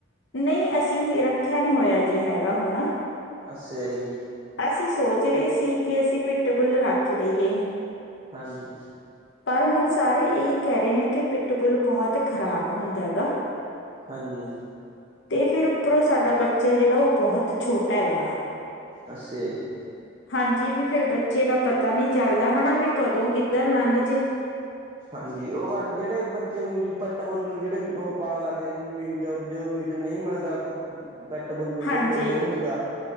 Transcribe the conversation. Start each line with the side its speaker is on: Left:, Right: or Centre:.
Left: ਨਹੀਂ ਰੱਖਿਆ ਨੀ ਹੋਇਆ ਜੀ ਹੈਗਾ ਹੁਣ
Right: ਅੱਛਾ ਜੀ।
Left: ਅਸੀਂ ਸੋਚ ਰਹੇ ਸੀ ਅਸੀਂ ਪਿੱਟ ਬੁੱਲ ਰੱਖ ਲਈਏ।
Right: ਹਾਂਜੀ।
Left: ਪਰ ਹੁਣ ਸਾਰੇ ਇਹ ਕਹਿ ਰਹੇ ਨੇ, ਕਿ ਪਿੱਟ ਬੁੱਲ ਬਹੁਤ ਖ਼ਰਾਬ ਹੁੰਦਾ ਗਾ।
Right: ਹਾਂਜੀ।
Left: ਤੇ ਫਿਰ ਉੱਪਰੋਂ ਸਾਡਾ ਬੱਚਾ ਜਿਹੜਾ, ਉਹ ਬਹੁਤ ਛੋਟਾ ਹੈਗਾ।
Right: ਅੱਛਾ ਜੀ।
Left: ਹਾਂਜੀ ਵੀ ਫੇਰ ਬੱਚੇ ਦਾ ਪਤਾ ਨਹੀਂ ਚੱਲਦਾ, ਹਨਾਂ ਵੀ ਕਦੋਂ ਕਿੱਧਰ ਲੰਘ ਜਾਏ।
Right: ਹਾਂਜੀ, ਉਹ ਜਿਹੜੇ ਬੱਚੇ ਨੂੰ ਪਿਟ ਬੁੱਲ ਨੂੰ, ਜਿਹੜੇ ਉਹ ਪਾਉਣ ਲੱਗ ਜਾਂਦੇ ਮੀਟ, ਜਦੋਂ ਮੀਟ ਨਹੀਂ ਮਿਲਦਾ ਪਿਟ ਬੁਲ ਨੂੰ
Left: ਹਾਂਜੀ
Right: ਕੁੱਤੇ ਨੂੰ ਉਹ ਹੁੰਦਾ,